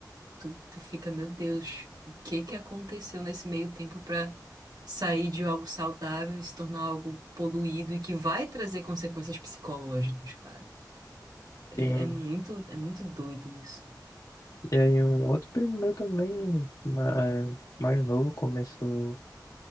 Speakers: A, on the right; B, on the left.
A: tu, tu fica, meu Deus, o que que aconteceu nesse meio tempo pra sair de algo saudável e se tornar algo poluído e que vai trazer consequências psicológicas, cara. É,
B: Sim.
A: é muito, é muito doido isso,
B: E aí um outro primo meu também, ma- é, mais novo, começou